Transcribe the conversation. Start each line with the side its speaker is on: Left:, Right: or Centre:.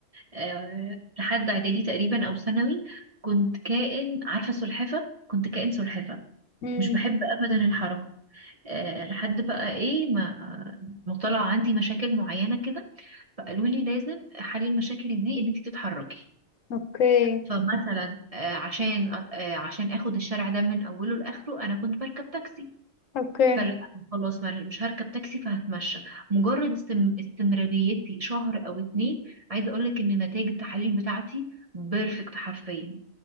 Right: آه، لحد اعدادي تقريبا او ثانوي كنت كائن عارفة سلحفة كنت كائن سلحفة
Left: امم
Right: مش بحب ابدا الحركة آه، لحد بقى ايه ما ما طلع عندي مشاكل معينة كده فقالوا لي لازم حل المشاكل دي ان انت تتحركي
Left: اوكي
Right: فمثلا آه، عشان أت- آه، عشان اخد الشارع ده من اوله لاخره انا كنت بركب تاكسي
Left: اوكي
Right: فلا خلاص ما- مش هركب تاكسي فهتمشى مجرد استم... استمراريتي شهر او اتنين عايزه اقول لك ان نتائج التحاليل بتاعتي بيرفكت حرفيا